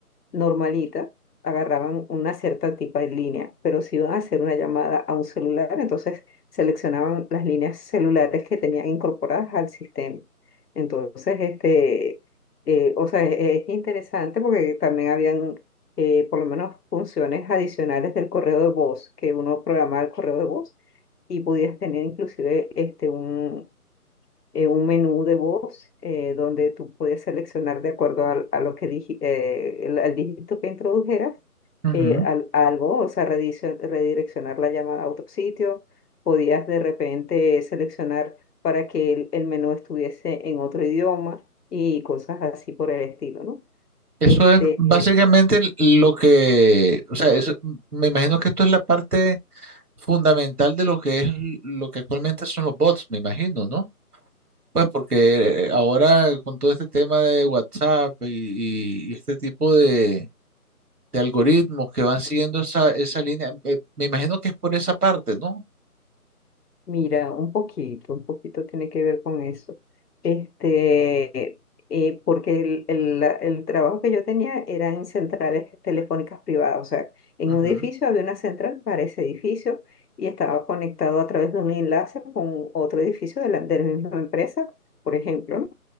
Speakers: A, on the left; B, on the right.
A: normalita, agarraban una cierta tipo de línea, pero si iban a hacer una llamada a un celular, entonces seleccionaban las líneas celulares que tenían incorporadas al sistema. Entonces, este, eh, o sea, es es interesante porque también habían eh, por lo menos funciones adicionales del correo de voz, que uno programaba el correo de voz y podías tener inclusive este, un, eh, un menú de voz eh, donde tú podías seleccionar de acuerdo al- a, lo que digi- eh, el- al dígito que introdujeras
B: ujú.
A: eh, al- algo, o sea, redicio- redireccionar la llamada a otro sitio, podías de repente seleccionar para que el, el menú estuviese en otro idioma y cosas así por el estilo, ¿no?
B: Eso
A: Este,
B: es básicamente lo que, o sea, eso- me imagino que esto es la parte fundamental de lo que es l- lo que actualmente son los bots, me imagino, ¿no? Pues porque eh, ahora con todo este tema de WhatsApp y, y este tipo de, de algoritmos que van siguiendo esa, esa línea, eh, me imagino que es por esa parte, ¿no?
A: Mira, un poquito, un poquito tiene que ver con eso. Este, eh, porque el, el- la- el trabajo que yo tenía era en centrales telefónicas privadas, o sea, en
B: Ujú.
A: un edificio había una central para ese edificio y estaba conectado a través de un enlace con otro edificio de la, de la misma empresa, por ejemplo, ¿no?